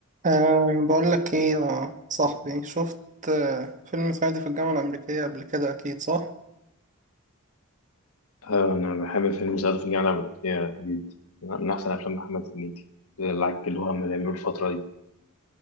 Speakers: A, on the right (about 35°); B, on the left (about 70°).
A: أه بقول لك ايه يا صاحبي شفت آه، فيلم صعيدي في الجامعة الأمريكية قبل كده أكيد صح؟
B: آه، أنا بحب فيلم صعيدي في الجامعة الأمريكية جدا من أحسن أفلام محمد هنيدي اللي عكلوها من اللي عملوا الفترة دي